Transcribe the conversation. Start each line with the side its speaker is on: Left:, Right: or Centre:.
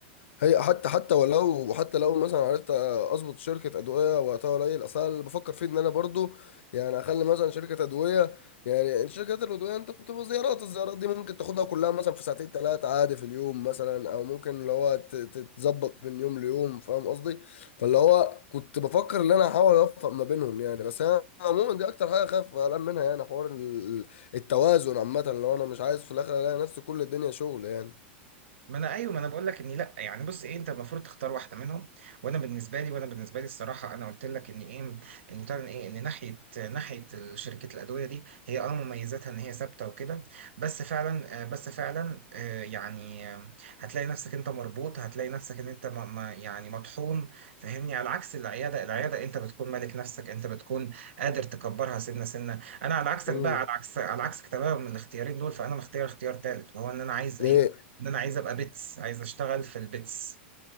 Left: هي حتى حتى ولو حتى لو مثلا عرفت اظبط شركه ادويه وقتها قليل اصل أنا اللي بفكر فيه ان انا برضو يعني اخلي مثلا شركه ادويه يعني انت شركات الادويه انت بتبقى زيارات الزيارات دي ممكن تاخدها كلها مثلا في ساعتين ثلاثه عادي في اليوم مثلا او ممكن اللي هو ت- تتظبط من يوم ليوم فاهم قصدي فاللي هو كنت بفكر ان انا احاول اوفق ما بينهم يعني بس انا عموما دي اكتر حاجه خايف قلقان منها يعني حوار ال- التوازن عامه لو انا مش عايز في الاخر الاقي نفسي كل الدنيا شغل يعني
Right: ما انا ايوه ما انا بقول لك اني لا يعني بص ايه انت المفروض تختار واحده منهم وانا بالنسبه لي وانا بالنسبه لي الصراحه انا قلت لك ان ايه ان بتاع ايه ان ناحيه ناحيه شركه الادويه دي هي اه مميزاتها ان هي ثابته وكده بس فعلا آه، بس فعلا آه، يعني آه، هتلاقي نفسك انت مربوط هتلاقي نفسك ان انت ما ما- يعني مطحون فاهمني على عكس العياده العياده انت بتكون مالك نفسك انت بتكون قادر تكبرها سنه سنه انا على عكسك
Left: امم
Right: بقى على عكس على عكسك تماما من الاختيارين دول فانا مختار اختيار ثالث وهو ان انا عايز ايه
Left: ايه
Right: ان انا عايز ابقى بيتس عايز اشتغل في البيتس